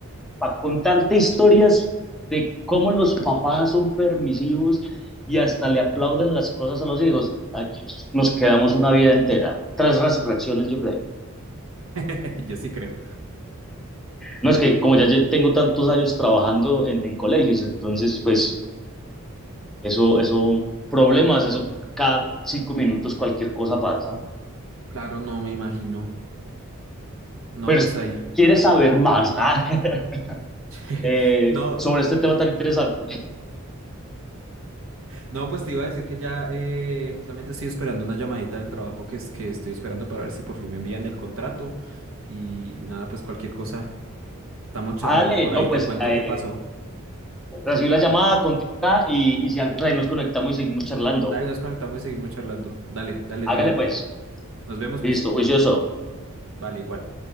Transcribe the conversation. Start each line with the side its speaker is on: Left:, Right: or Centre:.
Centre: para contarte historias de cómo los papás son permisivos y hasta le aplauden las cosas a los hijos. Aquí nos, nos quedamos una vida entera, tres resurrecciones yo creo.
Right: <laughs> Yo sí creo.
Centre: No es que como ya tengo tantos años trabajando en, en colegios, entonces pues eso, eso, problemas, eso cada cinco minutos cualquier cosa pasa.
Right: Claro, no me imagino. No,
Centre: Pero
Right: pues
Centre: si
Right: ahí.
Centre: quieres saber más ah, <laughs>
Right: <laughs>
Centre: eh,
Right: No,
Centre: sobre este tema tan interesante,
Right: No, pues te iba a decir que ya eh, justamente estoy esperando una llamadita del trabajo que es que estoy esperando para ver si por fin me envían el contrato. Y nada, pues cualquier cosa. Estamos charlando
Centre: dale,
Right: por
Centre: no,
Right: ahí, te
Centre: pues
Right: cuento
Centre: eh,
Right: qué pasó.
Centre: Recibí la llamada, contesta y, y si algo, pues ahí nos conectamos y seguimos charlando.
Right: Dale, nos conectamos y seguimos charlando. Dale, dale,
Centre: Hágale
Right: Johan.
Centre: pues.
Right: Nos vemos
Centre: Listo,
Right: pues.
Centre: juicioso.
Right: Vale, igual.